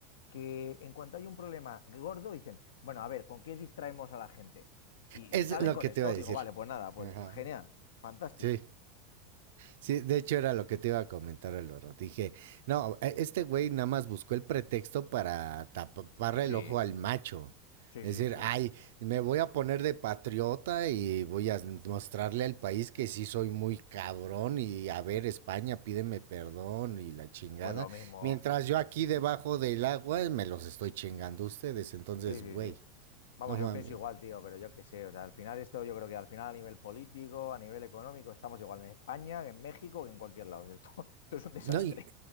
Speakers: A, on the left; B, on the right.
A: Que en cuanto hay un problema gordo, dicen, bueno, a ver, ¿con qué distraemos a la gente? Y
B: Es
A: salen
B: lo
A: con
B: que
A: esto,
B: te iba a decir.
A: digo, vale, pues nada, pues
B: Ajá.
A: genial, fantástico.
B: Sí, sí, de hecho era lo que te iba a comentar el oro. Dije, no, e- este güey nada más buscó el pretexto para taparle
A: Sí,
B: el ojo al macho.
A: sí,
B: Es
A: sí,
B: decir,
A: sí.
B: ay, me voy a poner de patriota y voy a mostrarle al país que sí soy muy cabrón y a ver, España, pídeme perdón y la chingada.
A: Pues lo mismo.
B: Mientras yo aquí debajo del agua me los estoy chingando a ustedes. Entonces,
A: Sí, sí,
B: güey,
A: sí. Vamos,
B: no
A: yo
B: mames.
A: pienso igual, tío, pero yo qué sé. O sea, al final esto yo creo que al final a nivel político, a nivel económico, estamos igual en España, que en México, que en cualquier lado. <laughs> O sea, Esto, <laughs> esto es un desastre.
B: No, y,